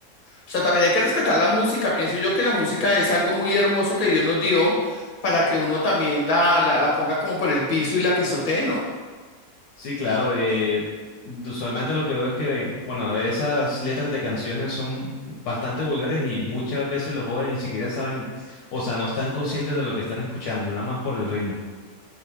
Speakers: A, on the left (about 35°); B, on the left (about 70°).
A: sea, también hay que respetar la música. Pienso yo que la música es algo muy hermoso que Dios nos dio para que uno también la, la, la ponga como por el piso y la pisotee, ¿no?
B: Sí, claro. eh, usualmente lo que veo es que, bueno, esas letras de canciones son bastante vulgares y muchas veces los jóvenes ni siquiera saben, o sea, no están conscientes de lo que están escuchando, nada más por el ritmo.